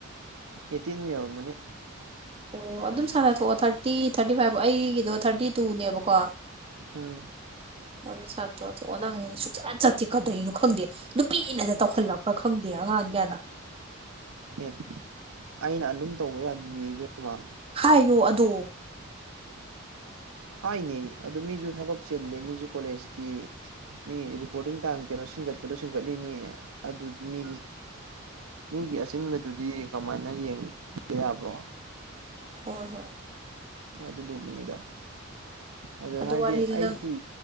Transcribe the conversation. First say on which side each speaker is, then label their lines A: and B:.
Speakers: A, on the right; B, on the right.
A: ꯑꯦꯇꯤꯟ ꯌꯔꯃꯅꯤ
B: ꯑꯣ ꯑꯗꯨꯝ ꯁꯥꯟꯅꯊꯣꯛꯑꯣ ꯊꯥꯔꯇꯤ ꯊꯥꯔꯇꯤ ꯐꯥꯏꯚ ꯑꯩꯒꯤꯗꯣ ꯊꯥꯔꯇꯤ ꯇꯨꯅꯦꯕꯀꯣ
A: ꯎꯝ
B: ꯑꯗꯨ ꯁꯥ ꯅꯪ ꯁꯨꯛꯆꯠ ꯆꯠꯇꯤ ꯀꯥꯗꯩꯅꯣ ꯈꯪꯗꯦ ꯅꯨꯄꯤꯅ ꯇꯧꯈꯠꯂꯛꯄ꯭ꯔꯥ ꯈꯪꯗꯦ ꯑꯉꯥꯡ ꯀꯌꯥꯅ
A: ꯑꯦ ꯑꯩꯅ ꯑꯗꯨꯝ ꯇꯧꯕ ꯌꯥꯗꯤꯕꯃ
B: ꯍꯥꯏꯌꯣ ꯑꯗꯣ
A: ꯍꯥꯏꯅꯤ ꯑꯗꯨ ꯃꯤꯁꯨ ꯊꯕꯛ ꯆꯤꯜꯂꯤ ꯃꯤꯁꯨ ꯀꯣꯂꯦꯖꯀꯤ ꯃꯤ ꯔꯤꯄꯣꯔꯇꯤꯡ ꯇꯥꯏꯝ ꯀꯩꯅꯣ ꯁꯤꯟꯒꯠꯄꯗꯣ ꯁꯤꯟꯒꯠꯂꯤꯅꯦ ꯑꯗꯨꯗꯤ ꯃꯤꯒꯤ ꯃꯤꯒꯤ ꯑꯁꯤꯆꯤꯟꯕꯗꯨꯗꯤ ꯀꯃꯥꯏꯅ ꯌꯦꯡꯕ ꯌꯥꯕ꯭ꯔꯣ
B: ꯍꯣꯏ ꯍꯣꯏ
A: ꯑꯗꯨꯗꯨꯒꯤꯅꯤꯗ ꯑꯗꯨ ꯍꯥꯏꯗꯤ
B: ꯋꯥꯔꯤꯗꯨ
A: ꯑꯩꯒꯤ
B: ꯅꯪ